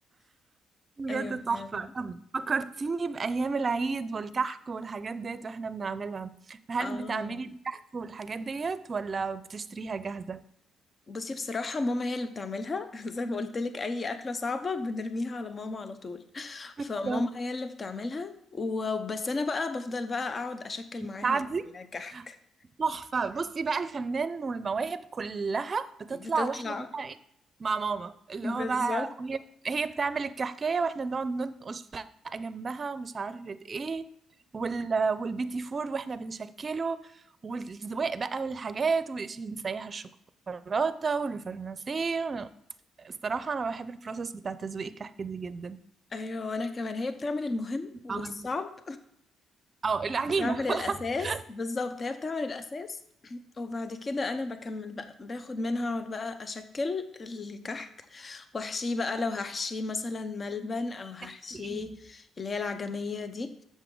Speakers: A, on the right; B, on the left.
A: بجد
B: ايوه
A: تحفة
B: فعلا
A: طب فكرتيني بأيام العيد والكحك والحاجات ديت واحنا بنعملها هل
B: اه
A: بتعملي الكحك والحاجات ديت ولا بتشتريها جاهزة؟
B: بصي بصراحة ماما هي اللي بتعملها <laughs> زي ما قلت لك اي اكلة صعبة بنرميها على ماما على طول فماما
A: بالظبط.
B: هي اللي بتعملها وبس انا بقى بفضل بقى اقعد اشكل معاها
A: تعدي؟
B: الكحك
A: تحفة بصي بقى الفنان والمواهب كلها بتطلع
B: بتطلع
A: واحنا بقى ايه مع ماما اللي
B: بالظبط
A: هو بقى هي هي بتعمل الكحكاية واحنا بنقعد ننقش بقى جنبها ومش عارفة ايه وال... والبيتي فور واحنا بنشكله والزواق بقى والحاجات ونسيح الشوكولاتة والفرنسيه الصراحة أنا بحب البروسيس بتاع تزويق الكحك دي جدا
B: ايوه وانا كمان هي بتعمل المهم والصعب
A: عمل- أو العجينة
B: بتعمل الأساس
A: <laughs>
B: بالظبط هي بتعمل الأساس <clears throat> وبعد كده أنا بكمل بقى باخد منها أقعد بقى أشكل الكحك وأحشيه بقى لو هحشيه مثلا ملبن أو هحشيه
A: بتحكي ايه؟
B: اللي هي العجمية دي